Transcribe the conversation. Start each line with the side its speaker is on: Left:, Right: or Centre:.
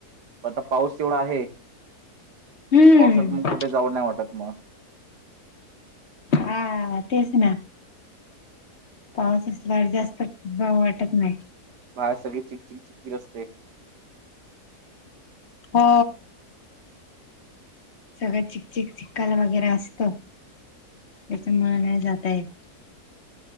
Right: आता पाऊस तेवढा आहे ते
Left: हम्म
Right: पावसात मग कुठे जाऊं नाही वाटत मग
Left: हा तेच ना पाऊस असल्यावर जास्त गव वाटत नाही.
Right: बाहेर सगळे चिकचिक चिकचिक असते.
Left: हो. सगळं चिकचिक चिककाल वगैरे असतं. त्याचा मुळे नाही जाता येत.